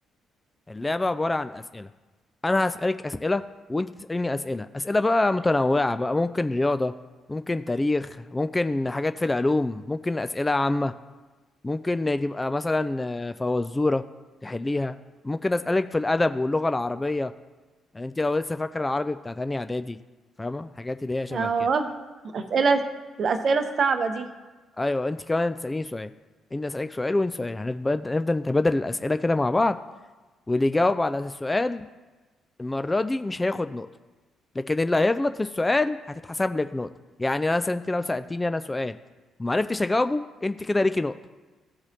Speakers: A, on the left; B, on the right.
A: اللعبة عبارة عن أسئلة أنا هسألك أسئلة وأنت تسأليني أسئلة أسئلة بقى متنوعة بقى ممكن رياضة ممكن تاريخ ممكن حاجات في العلوم ممكن أسئلة عامة ممكن تبقى مثلا آه، فوازورة تحليها ممكن أسألك في الأدب واللغة العربية يعني أنت لو لسه فاكرة العربي بتاع تانية إعدادي فاهمة الحاجات اللي هي شبه
B: اه
A: كده
B: اسئله الاسئله الصعبه دي
A: أيوه أنت كمان تسأليني سؤال أنت أسألك سؤال وأنت سؤال هنبدأ نفضل نتبادل الأسئلة كده مع بعض واللي يجاوب على السؤال المرة دي مش هياخد نقطة لكن اللي هيغلط في السؤال هتتحسب لك نقطة يعني مثلا انت لو سألتيني انا سؤال وما عرفتش اجاوبه انت كده ليكي نقطة